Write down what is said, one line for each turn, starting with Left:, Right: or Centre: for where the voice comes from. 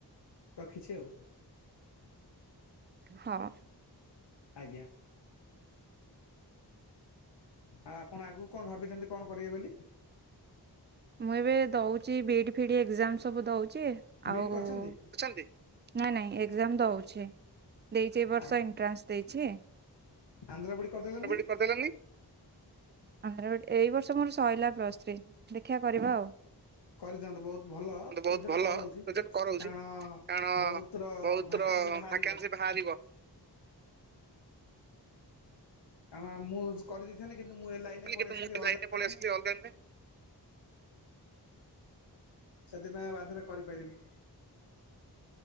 Left: ରଖିଛି ଆଉ
Right: ହଁ
Left: ଆଜ୍ଞା ଆଉ ଆପଣ ଆଗକୁ କଣ ଭାବିଛନ୍ତି କଣ କରିବେ ବୋଲି?
Right: ମୁଁ ଏବେ ଦଉଛି ବିଇଡି ଫିଇଡି ଏକ୍ଜାମ ସବୁ ଦଉଛି
Left: ବିଇଡ଼ି
Right: ଆଉ
Left: କରିଛନ୍ତି
Right: ଛନ୍ତି ନାଇଁ ନାଇଁ ଏକ୍ଜାମ୍ ଦଉଛି। ଦେଇଚି ଏଇ ବର୍ଷ
Left: ଆ-
Right: ଏନ୍ଟ୍ରାସ୍ ଦେଇଚି।
Left: ଆନ୍ଧ୍ର ବିଇଡ଼ି କରିଦେଲେନି
Right: ବି ଇ ଡି କରିଦେଲେନି ଆନ୍ଧ୍ରା ବିଡ, ଏଇ ବର୍ଷ ମୋର ସଇଲା ପ୍ଲସ୍ତ୍ରୀ ଦେଖିବା କରିବା ଆଉ।
Left: କରିଦିଅନ୍ତୁ ବହୁତ ଭଲ
Right: ବହୁତ
Left: ରେଜଲ୍ଟ
Right: ଭଲ
Left: କରଉଛି
Right: ରେଜଲ୍ଟ କରଉଛି।
Left: କାରଣ
Right: କାରଣ
Left: ବହୁତର
Right: ବହୁତ
Left: ଭ୍ୟାକେନ୍ସି
Right: ର
Left: ବାହାରିବ।
Right: ଭାକାନ୍ସି ବାହାରିବ।
Left: କାରଣ ମୁଁ କରିଦେଇଥାନ୍ତି। କିନ୍ତୁ, ମୁଁ ଏ ଲାଇନେ ପଳେଇ
Right: କିନ୍ତୁ
Left: ଆସିଲି
Right: ମୁଁ
Left: ଅଲଗା ଲାଇନରେ
Right: ପଳେଇ ଆସିଲି ଅଲଗା ଲାଇନରେ
Left: ସେଥିପାଇଁ ଆଉ ବାଧ୍ୟରେ କରିପାରିଲିନି।